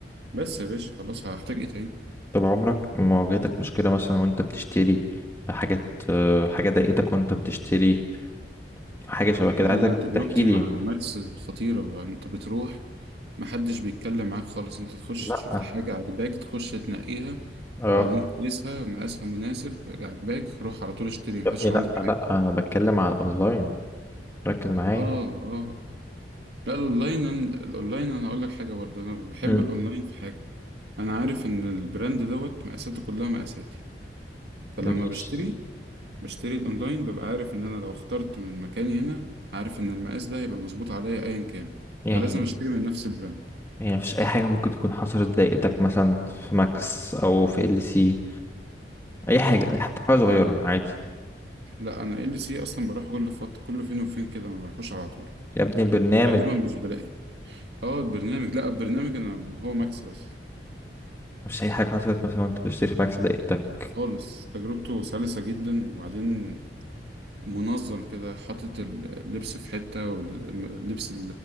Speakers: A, on the right (about 70°); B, on the left (about 15°).
A: بس يا باشا خلاص هحتاج ايه تاني
B: طب عمرك ما واجهتك مشكلة مثلا وأنت بتشتري حاجات حاجة ضايقتك وأنت بتشتري حاجة شبه كده
A: بقى
B: عايزك
A: انا تجربتي
B: تحكي لي
A: مع
B: يعني
A: ماكس خطيره انت بتروح محدش بيتكلم معاك خالص انت تخش
B: لا
A: تشوف الحاجه عجباك تخش تنقيها
B: اه
A: وبعدين تقيسها مقاسها مناسب عجباك روح على طول اشتري محدش
B: يا ابني لا
A: لو عندك حاجه
B: لا انا بتكلم على الاونلاين ركز معايا
A: اه اه آه. لا الاونلاين أنا- الاونلاين انا اقول لك حاجه برضه انا بحب
B: امم
A: الاونلاين في حاجه انا عارف ان البراند دوت مقاساته كلها مقاساتي فلما
B: مش
A: بشتري بشتري الاونلاين ببقى عارف ان انا لو اخترت من مكاني هنا عارف ان المقاس ده هيبقى مظبوط عليا ايا كان
B: يعني
A: فلازم اشتري من نفس البراند
B: يعني مفيش اي حاجه ممكن تكون حصلت ضايقتك مثلا في ماكس او في ال سي اي حاجه اي حتى حاجه صغيره
A: انا
B: عادي
A: لا انا ال سي اصلا بروح كل فتره كل فين وفين كده ما بروحوش على طول
B: يا ابني البرنامج
A: وغالبا مش بلاقي اه البرنامج لا البرنامج انا هو ماكس بس
B: مش اي حاجه حصلت مثلا وانت بتشتري في ماكس ضايقتك
A: خالص تجربته سلسه جدا وبعدين منظم كده حاطط اللبس في حتة واللبس